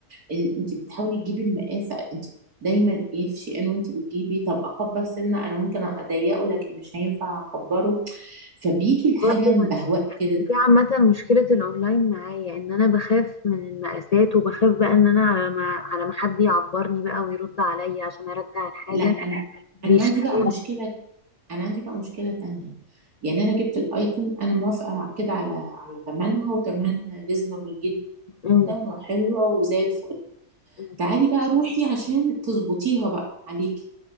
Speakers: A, on the right; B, on the left.
A: ال- انت بتحاولي تجيبي المقاس انت دايما ايه في شيئين وانت بتجيبي طب اكبر سنه انا ممكن اضيقه لكن مش هينفع اكبره فبيجي الحاجه
B: برضو
A: مبهوأ كده
B: دي عامة مشكلة الأونلاين معايا إن أنا بخاف من المقاسات وبخاف بقى إن أنا على ما على ما حد يعبرني بقى ويرد عليا عشان أرجع الحاجة
A: لا انا
B: بيشتري
A: انا عندي بقى مشكله انا عندي بقى مشكله تانية يعني انا جبت الايتم انا موافقه كده على على ثمنها وثمنها ريزنبل جدا
B: مم.
A: وحلوه وزي الفل
B: مم.
A: تعالي بقى روحي عشان تظبطيها بقى عليكي